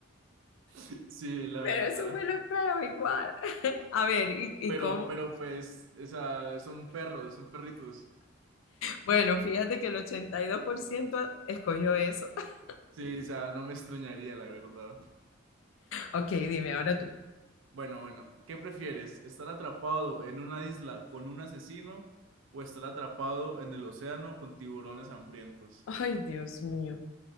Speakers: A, on the right; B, on the left.
A: <laughs> Sí, la
B: Pero
A: verdad.
B: eso huele feo igual. <laughs> A ver, ¿y, y
A: Pero,
B: cómo?
A: pero pues, o sea, son perros, son perritos.
B: Bueno, fíjate que el 82% escogió eso. <laughs>
A: Sí, o sea, no me extrañaría, la verdad.
B: Ok, dime ahora tú.
A: Bueno, bueno, ¿qué prefieres? ¿Estar atrapado en una isla con un asesino o estar atrapado en el océano con tiburones hambrientos?
B: Ay, Dios mío.